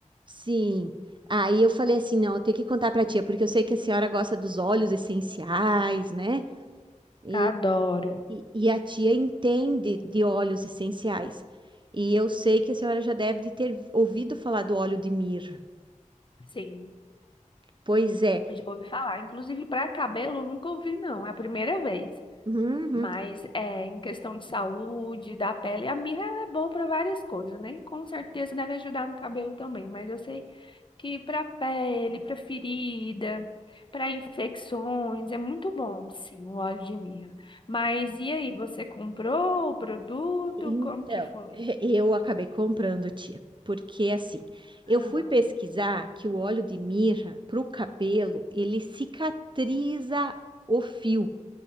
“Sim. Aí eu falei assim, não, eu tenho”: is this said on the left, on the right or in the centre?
Right